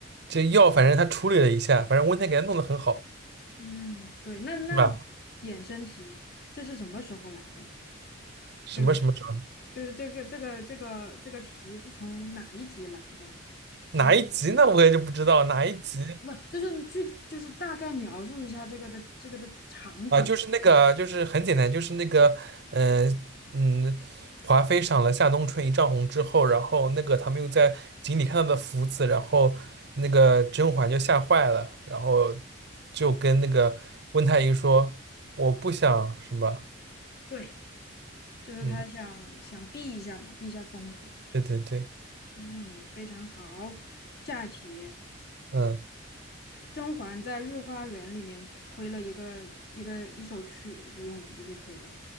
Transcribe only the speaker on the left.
嗯，对，那那
衍生题，这是什么时候来的？
这个就是这个这个这个这个题是从哪一集来的？是。
不，就是具，就是大概描述一下这个的这个的场景。
对，就是他想想避一下嘛，
避一下风头嘛。
嗯，非常好。下一题，
甄嬛在御花园里面吹了一个一个一首曲子，用笛子吹的。